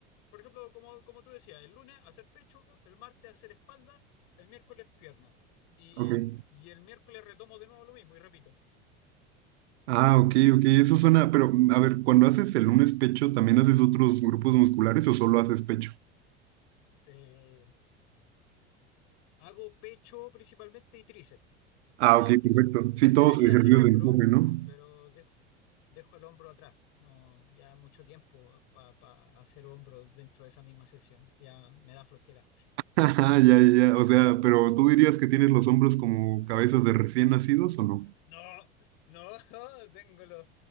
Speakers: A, on the left; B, on the right.
A: por ejemplo, como, como tú decías, el lunes hacer pecho, el martes hacer espalda, el miércoles pierna. Y,
B: Ok.
A: y el miércoles retomo de nuevo lo mismo y repito.
B: Ah, ok, ok, eso suena, pero mm, a ver, cuando haces el lunes pecho, ¿también haces otros grupos musculares o solo haces pecho?
A: Eh, hago pecho principalmente y tríceps,
B: Ah,
A: nada
B: ok,
A: más que
B: perfecto.
A: eso.
B: Sí,
A: Debería
B: todos ejercicios
A: hacer hombro,
B: de empuje, ¿no?
A: pero dejo, dejo el hombro atrás. No, ya es mucho tiempo para hacer hombro dentro de esa misma sesión. Ya me da flojera.
B: <laughs> Ajá, ya, ya, ya. O sea, pero ¿tú dirías que tienes los hombros como cabezas de recién nacidos o no?
A: No, no, <laughs> tengo los,